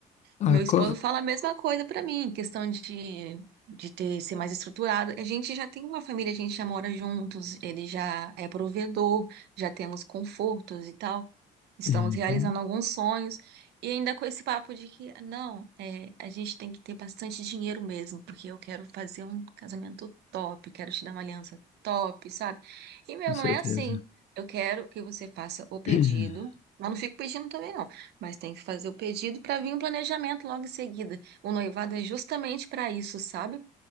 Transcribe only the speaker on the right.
Meu esposo
fala a mesma coisa pra mim, questão de, de ter, ser mais estruturado. A gente já tem uma família, a gente já mora juntos, ele já é provedor, já temos confortos e tal. Estamos
realizando alguns sonhos. E ainda com esse papo de que, não, é, a gente tem que ter bastante dinheiro mesmo, porque eu quero fazer um casamento top, quero te dar uma aliança top, sabe? E, meu,
não é assim. Eu quero que você faça o pedido,
mas não fico pedindo também, não. Mas tem que fazer o pedido para vir um planejamento logo em seguida. O noivado é justamente para isso, sabe?